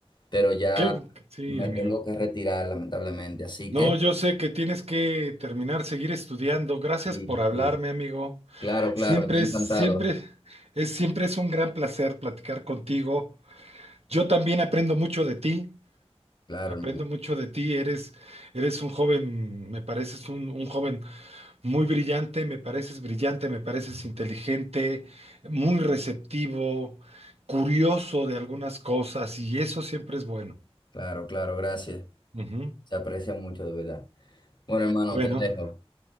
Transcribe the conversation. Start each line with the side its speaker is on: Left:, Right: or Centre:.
Left: Pero ya
Right: Qué bu- sí,
Left: me
Right: amigo.
Left: tengo que retirar lamentablemente, así
Right: No,
Left: que...
Right: yo sé que tienes que terminar, seguir estudiando. Gracias
Left: Sí,
Right: por hablarme,
Left: sí.
Right: amigo.
Left: Claro, claro,
Right: Siempre
Left: yo encantado.
Right: es, siempre es, siempre es un gran placer platicar contigo. Yo también aprendo mucho de ti.
Left: Claro,
Right: Aprendo
Left: hermano.
Right: mucho de ti. Eres, eres un joven, me pareces un, un joven muy brillante, me pareces brillante, me pareces inteligente, muy receptivo, curioso de algunas cosas, y eso siempre es bueno.
Left: Claro, claro, gracias.
Right: Ujú.
Left: Se aprecia mucho, de verdad. Bueno, hermano,
Right: Bueno.
Left: te dejo.